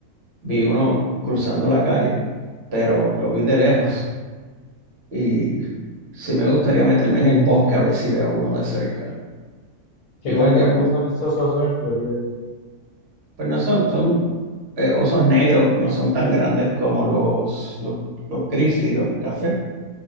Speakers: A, on the right; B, on the left.
A: vi uno cruzando la calle, pero lo vi de lejos y sí me gustaría meterme en el bosque a ver si veo uno de cerca.
B: ¿Qué
A: Igual
B: tan grandes
A: ya no,
B: son estos osos en Florida?
A: pues no son, son eh, osos negros no son tan grandes como los, los, los grizzly, los cafés.